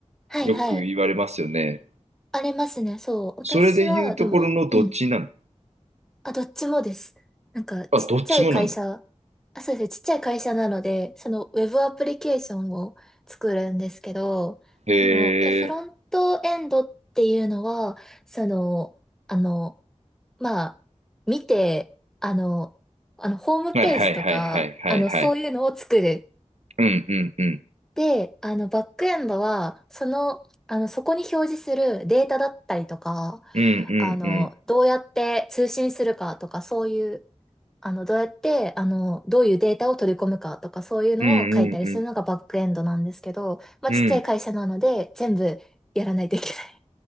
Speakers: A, in the centre; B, on the right.
A: はい、
B: よく言われますよね。
A: はい。ありますね。そう。私は、
B: それで言うところのどっちなの
A: でも、うん。あ、どっちもです。なんか、ちっちゃい会社、
B: あ、どっちもなんだ。
A: あ、そうですね、ちっちゃい会社なので、そのウェブアプリケーションを作るんですけど、
B: へ
A: その、え、フロントエンドっていうのは、
B: え。
A: その、あの、まあ、見て、あの、あの、ホームページとか、
B: はいはいはいはいはいはい。
A: あの、そういうのを作る。
B: うんうんうん。
A: で、あの、バックエンドは、その、あの、そこに表示するデータだったりとか、
B: うんうんうん。
A: あの、どうやって通信するかとか、そういう、あの、どうやって、あの、どういうデータを取り込むかとか、そういうのを書いたりするのがバックエンドなんですけど、
B: うんうんうん。
A: まあ、
B: うん。
A: ちっちゃい会社なので、全部やらないといけない。